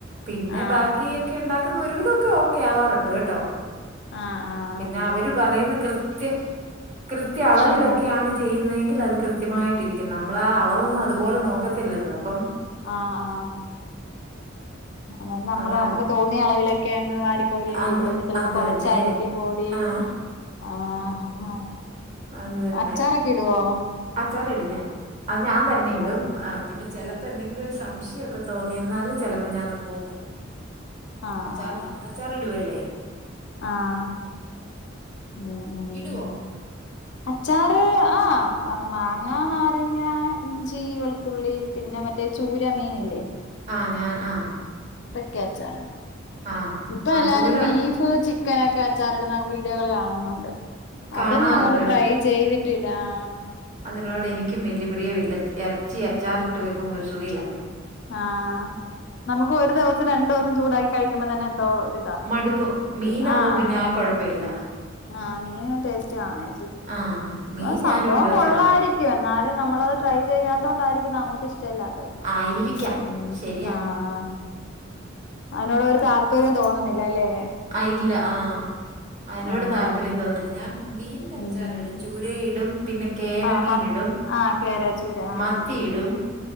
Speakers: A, on the right; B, on the left.
A: പിന്നെ
B: ആഹ്
A: ബാക്കി ഒക്കെ ഉണ്ടാക് <unintelligible> ഒരു വിധമൊക്കെ ഓക്കെ ആവാറുണ്ട് കേട്ടോ
B: ആഹ് ആഹ്
A: പിന്നെ അവര് പറയുന്ന കൃത്യ കൃത്യ അളവിലൊക്കെയാണ്
B: ഉം
A: ചെയ്യുന്നേങ്കിൽ അത് കൃത്യമായിട്ട് ഇരിക്കും നമ്മള് ആ അളവൊന്നും അതുപോലെ നോക്കത്തില്ലല്ലോ അപ്പം
B: ആഹ് ആ അതന്ന് നമ്മള്
A: അതാണ്.
B: നമുക്ക് തോന്നിയ അളവിലൊക്കെ വാരിക്കോരി ഒക്കെ
A: അങ്ങ്
B: ഇടുവല്ലേ ചിലപ്പോ
A: അത്
B: കൊറച്ചായിരിക്കും
A: തന്നെ.
B: കൂടി
A: ആ
B: ആ ഹ ഹാഹ്
A: അത്
B: ഉം
A: തന്നെ.
B: അച്ചാറൊക്കെ ഇടുവോ
A: അച്ചാറിടും ഞാൻ അത് ഞാൻ തന്നെ ഇടും
B: ആഹ്
A: അ പിന്നെ ചെലപ്പോ എന്തെങ്കിലും ഒരു സംശയൊക്കെ തോന്നി എന്നാല് ചചെലപ്പോ ഞാനൊന്ന് നോക്കും
B: ആഹ്
A: അച്ചാർ
B: ആഹ്
A: അച്ചാറിടുവല്ലേ
B: ആഹ് ഉം ഉം
A: ഇടുവോ
B: അച്ചാറ് ആ അ മാങ്ങ നാരങ്ങ ഇഞ്ചി വെളുത്തുള്ളി പിന്നെ മറ്റേ ചൂര മീനില്ലേ
A: ആഹ് ഞാൻ ആ
B: ക്കെഅച്ചാറ്
A: ആ
B: ഇപ്പ
A: ആ
B: എല്ലാരും
A: ചൂര
B: ബീഫ് ചി ചക്കനൊക്കെ അച്ചാറിടുന്ന വീഡിയോകൾ കാണുന്നുണ്ട്
A: കാണാറുണ്ട്
B: അതൊന്നും അങ്ങോട്ട് ട്രൈ ചെയ്തി ട്ടില്ല ആ
A: അതിനോടെനിക്കും വല്യ പ്രിയമില്ല ഇറച്ചി അച്ചാറിട്ട് വയ്ക്കുമ്പം ഒരു സുഖയില്ല
B: ആഹ് നമുക്ക് ഒരു ദിവസം രണ്ടു ദിവ ഉം ചൂടായി കഴിക്കുമ്പോ തന്നെ എന്തോ ഒരിതാ
A: മടുക്കും മീനാവും
B: പിന്നെ ആഹ്
A: പിന്നെ ആ കൊഴപ്പയില്ല
B: ആഹ് മീന് ടേസ്റ്റ് ആണെ
A: ആ മീൻ
B: ബ സംഭവം
A: ഞാനും ഇടും
B: കൊള്ളായിരിക്കും
A: അച്ചാറ്
B: എന്നാ ളെ നമ്മളത് ട്രൈ ചെയ്യാത്തോണ്ടായിരിക്കും നമക്ക് ഇഷ് ചെല്ലാത്തത്
A: ആയിരിക്കാം
B: ഉം
A: ശരിയാ
B: ആഹ് അതിനോട് ഒരു താല്പര്യം തോന്നുന്നില്ല അല്ലേ
A: ആ ഇല്ല ആ അതിനോട്
B: ആഹ്
A: താല്പര്യം
B: ആഹ്
A: തോന്നുന്നില്ല ഞാൻ മീനിന്റെ
B: ഉം
A: അച്ചാറിടും ചൂരയിടും പിന്നെ കേരമീനിടും
B: ആഹ് മ ആഹ് കേരാച്ചീര ആഹ്
A: മത്തിയിടും